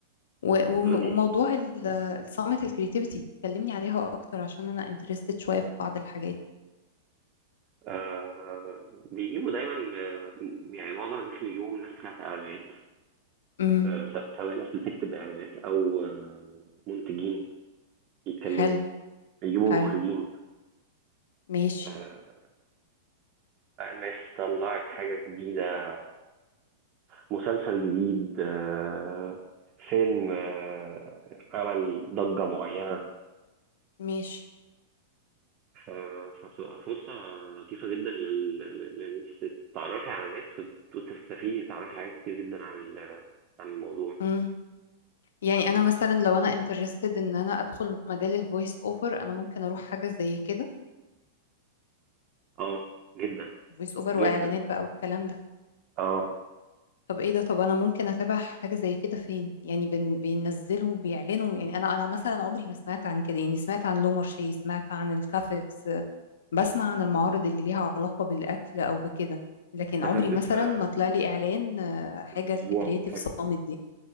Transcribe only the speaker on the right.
دلوقتي
آه بيجيبوا دايما آه يعني معظم الناس اللي بيجيبوهم ناس بتاعت اعلانات
آه س- سواء ناس بتكتب اعلانات او آه منتجين يتكلموا
يجيبوا
مخرجين
آه، ناس طلعت حاجة جديدة مسلسل جديد آه، فيلم آه، عمل ضجة معينة
ف- فبتبقى فرصة لطيفة جدا لل- لل- لأن أنت تتعرفي على ناس وت- وتستفيدي تعرفي حاجات كتير جدا عن ال- عن الموضوع
اه جدا
جدا
اه
ده
كان لسه
من أسبوع
ولا حاجة